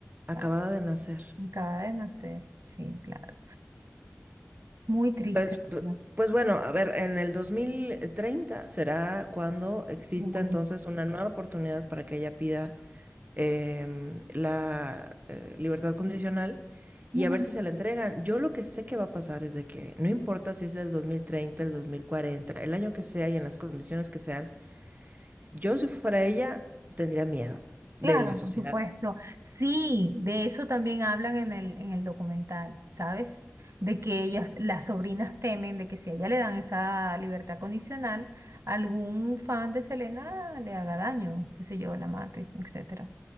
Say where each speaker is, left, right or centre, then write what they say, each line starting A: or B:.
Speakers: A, on the right; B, on the right.
A: Acabada
B: Claro,
A: de nacer.
B: acaba de nacer, sí, claro. Muy triste,
A: Pues, p-
B: ¿verdad?
A: pues bueno, a ver, en el 2030 será cuando exista
B: Muy.
A: entonces una nueva oportunidad para que ella pida em, la eh, libertad condicional
B: Ujú,
A: y a ver si se la entregan. Yo lo que sé que va a pasar es de que no importa si es el 2030 el 2040 el año que sea y en las condiciones que sean, Yo si fuera ella, tendría miedo de
B: Claro,
A: la sociedad.
B: por supuesto. Sí, de eso también hablan en el, en el documental, ¿sabes? De que ellas, las sobrinas temen de que si a ella le dan esa libertad condicional, algún fan de Selena le haga daño, qué sé yo, la mate, etcétera.